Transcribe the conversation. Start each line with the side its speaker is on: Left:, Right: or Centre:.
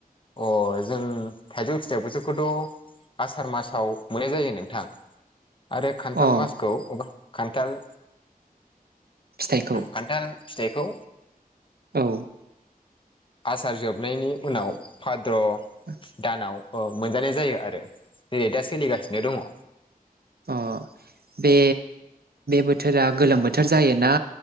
Left: अ जों थाइजौ फिथायाइबोसोखौथ'। आसार मासाव मोननाय जायो नोंथां। आरो खान्थाल
Right: अ
Left: मासखौा खान्थाल
Right: फिथाइखौ
Left: खान्थाल। फिथाइखौ।
Right: औ।
Left: आसार जोबनायनि उनाव भाद्र'।
Right: ब।
Left: दानाव मोनजानाय जायो आरो जेरै दा सोलिगासिनो दङ।
Right: अ बे बोथोरा गोलोम बोथोर जायोना।